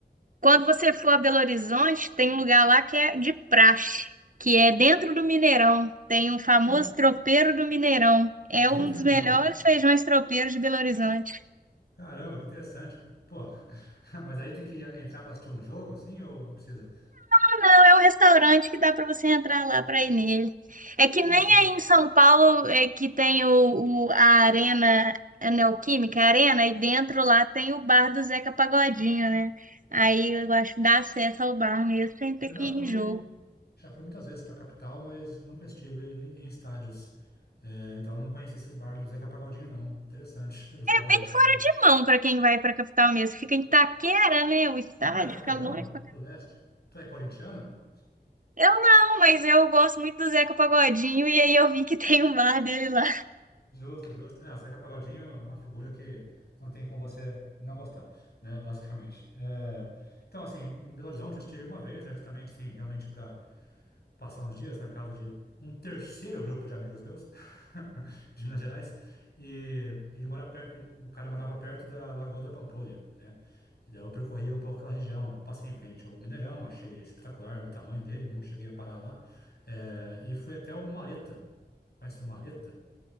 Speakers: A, on the right; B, on the left.
A: Quando você for a Belo Horizonte, tem um lugar lá que é de praxe, que é dentro do Mineirão. Tem um famoso
B: Dentro
A: tropeiro do Mineirão. É
B: dentro
A: um dos
B: do Mineirão?
A: melhores feijões tropeiros de Belo Horizonte.
B: Caramba, que interessante. Pô, <laughs> mas aí tem que entrar para assistir um jogo assim ou não precisa?
A: Ah, não, é um restaurante que dá para você entrar lá para ir nele. É que
B: Interessante.
A: nem aí em São Paulo é que tem o, o- a Arena a Neoquímica, a Arena, e dentro lá tem o bar do Zeca Pagodinho, né? Aí eu acho que dá acesso ao bar mesmo sem ter
B: Eu
A: que
B: já
A: ir
B: fui,
A: em jogo.
B: já fui muitas vezes para a capital, mas nunca estive em em estádios. É, então não conheci esse bar do Zeca Pagodinho, não. Interessante, <laughs> os bares
A: Bem
B: de estádios.
A: fora de mão para quem vai para a capital mesmo. Fica em Itaquera, né? O estádio
B: Ah, Itaquerão,
A: fica longe. pra ca-
B: do leste. Tu é corintiana?
A: Eu não, mas eu gosto muito do Zeca Pagodinho e aí eu vi que tem o bar dele lá.
B: Justo, justo. Ah, Zeca Pagodinho é uma figura que não tem como você não gostar, né? Basicamente. É, Então, assim, em Belo Horizonte eu estive uma vez, né? Justamente, sim, realmente para passar uns dias na casa de um terceiro grupo de amigos meus, <laughs> de Minas Gerais, e ele mora per- ele- o cara morava perto da Lagoa da Pampolha, né? E daí eu percorri um pouco aquela região, eu passei em frente ao Mineirão, achei espetacular o tamanho dele, não cheguei a parar lá, eh, e fui até o Maleta. Conhece o Maleta?